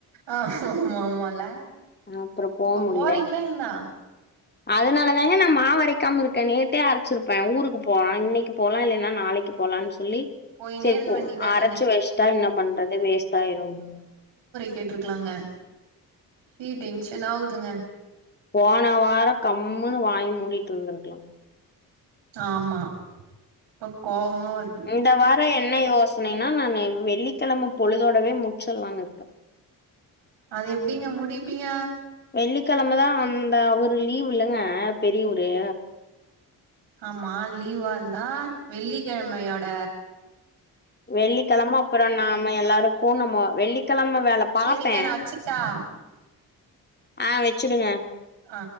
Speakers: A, on the right (about 80°); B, on the left (about 25°).
A: ஆ ஆமா ஆமால
B: அப்புறோ போ
A: இப்போ
B: முடில
A: போறீங்ளா இன்னா
B: அதனாலதாங்க நா மாவரைக்காம் இருக்கே நேத்தே அரச்சிருப்பே ஊருக்கு போலான் இன்னைக்கு போலா இல்லைன்னா நாளைக்கு போலான் சொல்லி
A: போயினே
B: செரி
A: இருக்க
B: இப்போ
A: வேண்டியதா
B: அரச்சு
A: நீங்க
B: வெஸ்ட்டா இன்னா பண்றது வேஸ்ட்டாயிரும்
A: கேட்டுருக்கலாங்க சீ டென்ஷனாவுதுங்க
B: போன வார கம்முனு வாய் மூடிட்டுருந்திருக்கலாம்
A: ஆமா இப்ப கோவமா வரு
B: இந்த வார என்ன யோசனைன்னா நானு வெள்ளிக்கெழம பொழுதோடவே முச்சுல்லான் இருக்கே
A: அது எப்டிங்க முடிப்பீங்க
B: வெள்ளிக்கெழமதா அந்த அவரு லீவு இல்லங்க பெரியுவுரு
A: ஆமா லீவா இந்தா வெள்ளிக்கெழமையோட
B: வெள்ளிக்கெழம அப்புறோ நாம எல்லாாரு போனும்மோ வெள்ளிக்கெழம வேல பாப்பே
A: செரிங்க நா வச்சுட்டா
B: ஆ வெச்சிடுங்க
A: ஆ